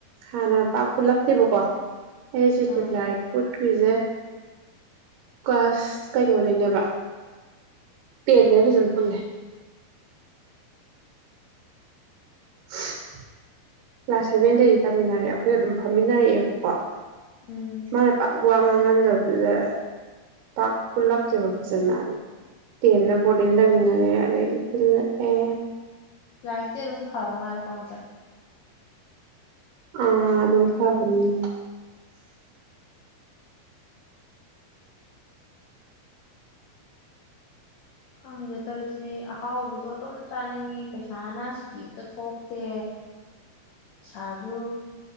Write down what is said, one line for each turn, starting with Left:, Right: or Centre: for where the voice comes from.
Right: ꯍꯥꯟꯅ ꯄ ꯄꯨꯜꯂꯛꯇꯦꯕꯀꯣ ꯑꯦ
Left: ꯑꯥ
Right: ꯆ ꯐꯨꯠ ꯑꯩꯈꯣꯏꯁꯦ ꯀ꯭ꯂꯥꯁ ꯀꯩꯅꯣꯗꯅꯦꯕ ꯄꯤꯗ ꯐꯖꯅ ꯄꯨꯂꯦ <unintelligible> ꯀ꯭ꯂꯥꯁ ꯁꯚꯦꯟꯗꯩꯗꯤ ꯇꯝꯃꯤꯟꯅꯔꯛꯑꯦ ꯑꯩꯈꯣꯏꯒ ꯑꯗꯨꯝ ꯐꯝꯃꯤꯟꯅꯔꯛꯑꯦꯕꯀꯣ
Left: ꯎꯝ
Right: ꯃꯥꯅ ꯄꯥꯛ ꯋꯥ ꯉꯥꯡ ꯉꯟꯗꯕꯗꯨꯗ ꯄꯥꯛ ꯄꯨꯜꯂꯛꯇꯦꯕ ꯐꯖꯅ ꯑ ꯇꯦꯟꯗ ꯕꯣꯔꯗꯤꯡ ꯂꯩꯃꯤꯟꯅꯔꯦ ꯑꯗꯩꯗꯤ ꯄꯨꯜꯂꯛꯑꯦ
Left: ꯂꯥꯏꯠꯗꯤ ꯑꯗꯨꯝ ꯐꯥꯎ ꯃꯥꯔꯀꯣ ꯆꯦ
Right: ꯑ ꯑꯗꯨ ꯐꯥꯕꯅꯤ
Left: ꯈꯪꯗꯦ ꯇꯧꯔꯤꯁꯦ ꯑꯍꯥꯎꯕꯁꯨ ꯑꯗꯨꯝ ꯆꯥꯅꯤꯡꯉꯤ ꯄꯩꯁꯥꯅ ꯏꯁꯀꯤꯝꯇ ꯊꯣꯛꯇꯦ ꯏꯁꯩꯥꯁꯦ